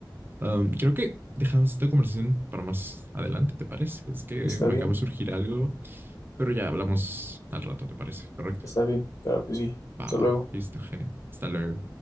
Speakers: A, on the right (about 25°); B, on the left (about 55°).
A: um, creo que dejamos esta conversación para más adelante, ¿te parece? Es que
B: Está
A: me
B: bien,
A: acaba de surgir algo, pero ya hablamos al rato, ¿te parece? ¿Correcto?
B: está bien, claro que sí.
A: Va,
B: Hasta
A: va,
B: luego.
A: listo, genial. Hasta luego.